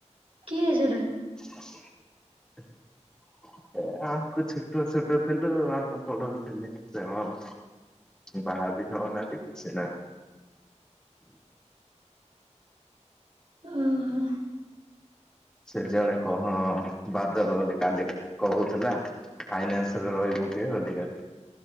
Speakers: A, on the right (about 50°); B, in the centre.
A: କିଏ ସେଇଟା?
B: ହ <unintelligible> ଏ ଆମଙ୍କୁ ଛୋଟ ଛୋଟ ଥିଲୁ ଅଳ୍ପ ପଡଉଥିଲେ ସେ ମାମ୍। ବାହା ବି ଦିନ ହଉନାହାନ୍ତି କିଛି ନାହାଁ।
A: ଓହୋ
B: ସେ ଜଣେ କ ହଁ ବାଦଲ ବୋଲି କାଲି କହୁଥିଲା ଫାଇନାନ୍ସରେ ରହିବୁ କି ବଢି ଗାର୍ଡ।